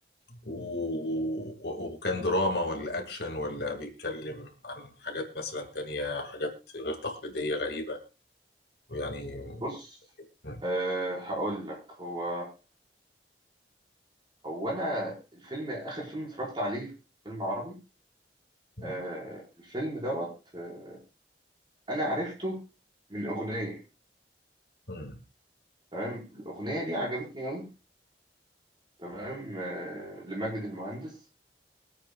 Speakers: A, on the left; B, on the right.
A: و... و- وكان دراما ولا اكشن ولا بيتكلم عن حاجات مثلا تانية حاجات غير تقليديه غريبه ويعني
B: بص
A: م-
B: أه هقول لك هو هو انا الفيلم اخر فيلم اتفرجت عليه فيلم عربي
A: م-
B: أه الفيلم دوت آه، انا عرفته من اغنيه
A: م-
B: تمام الاغنيه دي عجبتني قوي تمام أه لماجد المهندس